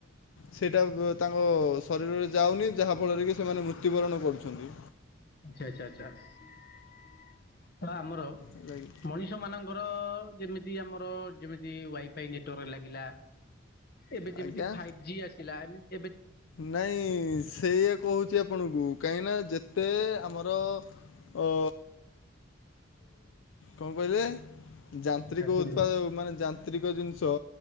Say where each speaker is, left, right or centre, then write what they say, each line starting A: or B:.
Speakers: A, on the left; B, on the left.
A: ସେଇଟା ବୁ ତାଙ୍କ ଶରୀରରେ ଯାଉନି ଯାହା ଫଳରେ କି ସେମାନେ ମୃତ୍ୟୁବରଣ କରୁଛନ୍ତି।
B: ଆଚ୍ଛା ଆଚ୍ଛା ଆଚ୍ଛା ଆମର
A: ହେଲା କି?
B: ମଣିଷ ମାନଙ୍କ ମର ଯେମିତି ଆମର ଯେମିତି ୱାଇଫାଇ ନେଟୱାର୍କ ଲାଗିଲା। ଏବେ ଯେମିତି
A: ଆଜ୍ଞା
B: ଫାଇଭ୍ ଜି ଆସିଲା ଏମତି
A: ନାଇଁ ସେଇୟା କହୁଛି ଆପଣଙ୍କୁ କାହିଁକି ନା ଯେତେ ଆମ ତ ଅ କଣ କହିଲେ? ଯାନ୍ତ୍ରିକ
B: ଆଚ୍ଛା କୁହନ୍ତୁ
A: ଉତ୍ପାଦ ମାନେ ଯାନ୍ତ୍ରିକ ଜିନିଷ